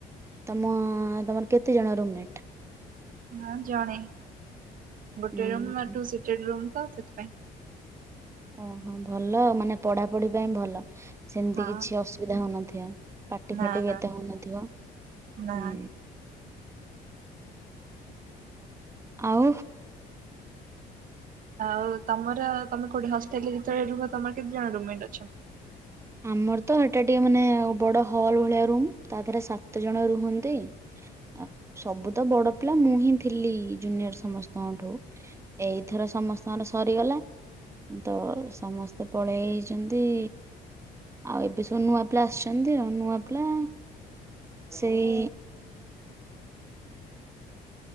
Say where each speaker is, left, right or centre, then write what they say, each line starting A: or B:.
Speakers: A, on the right (about 15°); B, on the right (about 55°).
A: ତମ ତମର କେତେ ଜଣ ରୁମ୍ ମେଟ।
B: ହଁ ଜଣେ ଗୋଟେ
A: ଉଁ
B: ରୁମ ତ ସେଥିପାଇଁ।
A: ଓହୋ ଭଲ ମାନେ ପଢାପଢି ପାଇଁ ଭଲ ସେମିତି
B: ହଁ
A: କିଛି ଅସୁବିଧା ହଉନଥିବ। ପାଟି
B: ନା
A: ଫାଟି
B: ନା
A: ବି ଏତେ ହଉନଥିବ ହୁଁ
B: ନା
A: ଆଉ?
B: ଆଉ ତମର ତମେ କୋଉଠି ହଷ୍ଟେଲରେ ଯେତେବେଳେ ରୁହ ତମର କେତେ ଜଣ ରୁମ ମେଟ ଅଛନ୍ତି।
A: ଆମର ତ ଏଟା ଟିକେ ମାନେ ବଡ ହଲ୍ ଭଳିଆ ରୁମ୍ ତା ଦେହେରେ ସାତ ଜଣ ରୁହନ୍ତି। ଆ ସବୁ ତ ବଡ ପିଲା ମୁଁ ହିଁ ଥିଲି ଜୁନିୟର ସମସ୍ତଙ୍କଠୁ। ଏଇଥର ସମସ୍ତଙ୍କର ସରିଗଲା। ତ ସମସ୍ତେ ପଳେଇ ଯାଇଛନ୍ତି। ଆଉ ଏବେ ସବୁ ନୂଆ ପିଲା ଆସିଛନ୍ତି ଆଉ ନୂଆ ପିଲା ସେଇ